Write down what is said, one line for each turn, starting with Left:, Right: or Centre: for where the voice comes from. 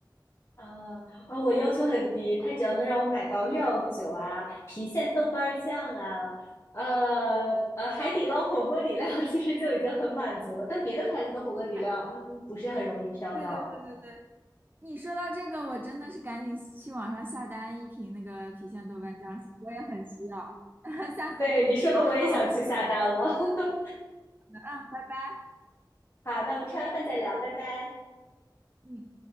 Left: 啊啊！我要求很低，他只要能让我买到料酒啊、郫县豆瓣儿酱啊、呃呃海底捞火锅底料 <laughs>，其实就已经很满足了。但别的牌子的火锅底料，
Right: 哎
Left: 嗯，不是很容易挑到。
Right: 对对对对对，你说到这个，我真的是赶紧去网上下单一瓶那个郫县豆瓣酱，我也很需要，<laughs> 下次再跟你说。
Left: 对你说的，我也想去下单了。
Right: <laughs> 好
Left: <laughs>
Right: 的嗯，拜拜。
Left: 好，那我们吃完饭再聊，拜拜。
Right: 嗯。